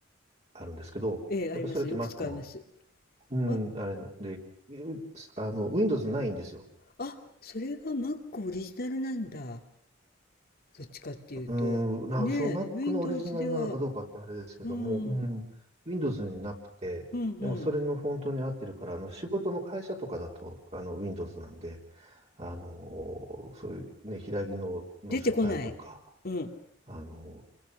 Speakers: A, on the right; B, on the left.
A: あるんですけど、
B: ええ、あります。
A: やっぱそれって
B: よく使います。
A: Mac の、うん、
B: あ、
A: あれで、うんあの、Windows ないんですよ。
B: あ、それは Mac オリジナルなんだ。どっちかっていうと。
A: うーん、な、
B: ねえ、
A: その Mac
B: Windows
A: のオリジナルなのかどうかってあれですけども、
B: では、うん、うん
A: うん、Windows になくて、
B: うん。
A: でもそれのフォントに合ってるから、あの仕事の会社とかだとあの Windows なんで、あのーそういうね、平きの、の書体とか、
B: 出てこない。うん。
A: あのー